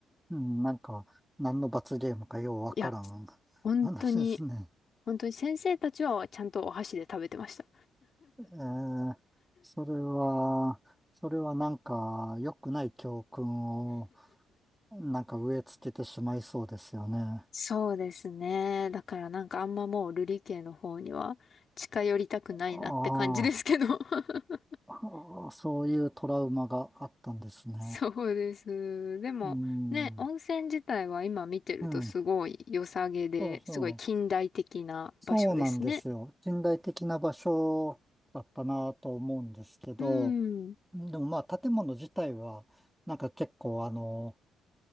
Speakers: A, in the centre; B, on the left.
A: うん、なんか、何の罰ゲームかようわからん
B: いや、
A: <laughs>
B: 本当に、
A: 話ですね。
B: 本当に先生たちはちゃんとお箸で食べてました。
A: えー、それは、それはなんか、良くない教訓を、なんか植え付けてしまいそうですよね。
B: そうですね。だからなんかあんまもう瑠璃家の方には近寄りたくないなって感じですけど。
A: ああ、
B: <laughs>
A: ああそういうトラウマがあったんですね。
B: そうです。でもね、
A: うん、
B: 温泉自体は今見てるとすごい良さげで、
A: うん、そうそう、
B: すごい近代的な場所ですね。
A: そうなんですよ。近代的な場所だったなと思うんですけど、
B: うん。
A: でもまあ、建物自体は、なんか結構あの、